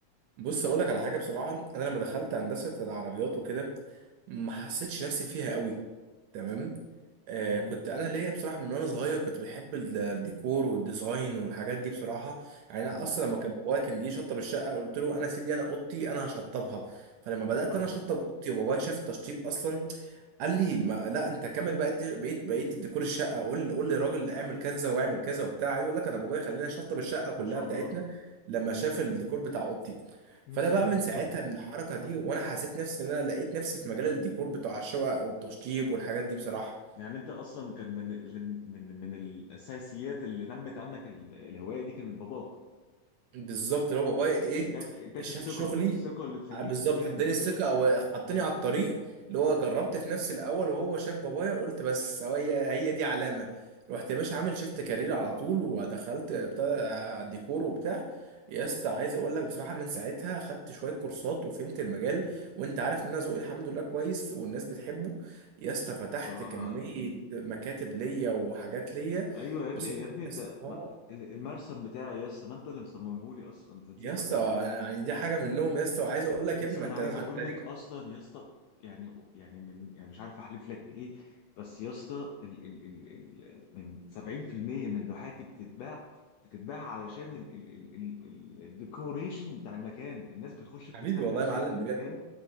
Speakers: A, on the right; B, on the left.
A: بص اقول لك على حاجه بصراحه انا لما دخلت هندسه العربيات وكده ما حسيتش نفسي فيها قوي تمام آه
B: مهم.
A: كنت انا ليا بصراحه من وانا صغير كنت بحب ال- الديكور والديزاين والحاجات دي بصراحه يعني انا
B: ايوه
A: اصلا لما كان بابايا كان جه يشطب الشقه قلت له انا سيب لي انا اوضتي انا هشطبها فلما بدات
B: فاهم
A: انا اشطب اوضتي وبابايا شاف التشطيب اصلا قال لي ما لا انت كامل بقيت بقيت بقيت الديكور الشقه قول قول للراجل اعمل كذا واعمل كذا وبتاع عايز اقول لك انا بابايا خلاني شطب الشقه كلها
B: ما شاء
A: بتاعتنا
B: الله
A: لما شاف الديكور بتاع اوضتي
B: مهم.
A: فانا بقى من ساعتها
B: فاهم
A: من الحركه دي وانا حسيت نفسي ان انا لقيت نفسي في مجال الديكور بتاع الشقق والتشطيب والحاجات دي بصراحه
B: يعني انت اصلا كان من ال- من من الاساسيات اللي نمت عنك ال- الهوايه دي كانت باباك
A: بالظبط اللي هو بابايا ايه
B: اداك اداك
A: شاف
B: الثقه
A: شغلي
B: الثقه اللي تخليك
A: ع- بالظبط
B: تكمل
A: اداني الثقه او حطني
B: مم.
A: على الطريق اللي هو جربت في نفسي الاول وهو شاف بابايا قلت بس هو هي هي دي علامه رحت يا باشا عامل شيفت كارير على طول ودخلت بتاع آه، ديكور وبتاع يا اسطى عايز اقول لك بصراحه من ساعتها خدت شويه كورسات وفهمت المجال وانت عارف ان انا ذوقي الحمد لله كويس والناس بتحبه يا اسطى فتحت
B: بصراحه
A: كميه مكاتب ليا وحاجات ليا
B: ايوه يا
A: بصراحه
B: ابني يا ابني انت
A: يا اسطى
B: ما- ال- المرسم بتاعي يا اسطى ما انت اللي مصممه لي اصلا انت نسيت
A: يا اسطى
B: ولا ايه
A: يعني دي حاجه منهم يا اسطى وعايز اقول لك
B: يا
A: يا
B: اسطى
A: ابني ما
B: انا
A: انت
B: عايز
A: انت
B: اقول
A: ليك
B: لك اصلا يا اسطى يعني يعني من يعني مش عارف احلف لك بايه بس يا اسطى ال ال ال ال من 70% من لوحاتي بتتباع بتتباع علشان ال ال ال ال ال- الديكوريشن بتاع المكان الناس بتخش بترتاح
A: حبيبي والله
B: نفسيا
A: يا معلم
B: في المكان
A: بجد